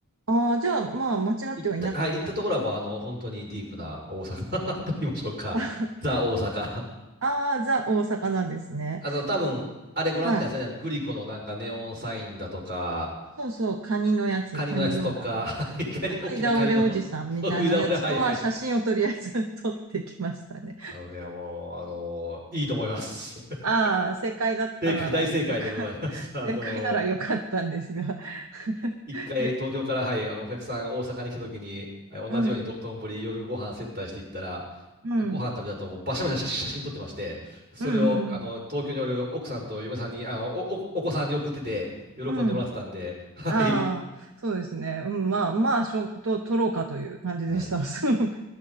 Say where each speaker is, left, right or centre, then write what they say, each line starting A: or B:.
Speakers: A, on the right; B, on the right.
A: ああ、じゃあ、まあ、間違ってはいなかった。
B: 行った、はい、行ったところはもう、あの、本当にディープな大阪 <laughs> と言いましょうか、
A: <laughs>
B: ザ・大阪。
A: ああ、ザ大阪なんですね。
B: あの、多分、あれご覧になったんですよね、
A: はい。
B: グリコのなんかネオンサインだとか、
A: そうそう、カニのやつ、
B: カニのやつとか、
A: カニ道楽と。
B: <laughs>
A: そ食い倒れおじさんみたいなやつとは写真をとりあえず
B: カニ、大きなカニの <laughs> 食い倒れ、はいはいはい。
A: <laughs> 撮ってきましたね。
B: あのね、もう、あのーいいと思います。<laughs>
A: ああ、正解だったならよか、
B: 正解、大正解でございます。
A: <laughs>
B: <laughs> あのー
A: 正解ならよかったんですが。<laughs>
B: 一回東京から、
A: げ
B: はい、あの、お客さん大阪に来た時に、はい同じように道頓堀夜ご飯接待していったら、
A: うん、うん、
B: ご飯食べたともうバシャバシャ写真撮ってまして、それをあの東京におる奥さんと嫁さんに、
A: うん、うん、うん。
B: あのお、お、お子さんに送ってて、喜んでもらってたんで、
A: うん
B: <laughs> はい。
A: ああ、そうですね。うん、まあ、まあ、しょ、と、撮ろうかという感じでした。
B: はい。
A: <laughs> すごく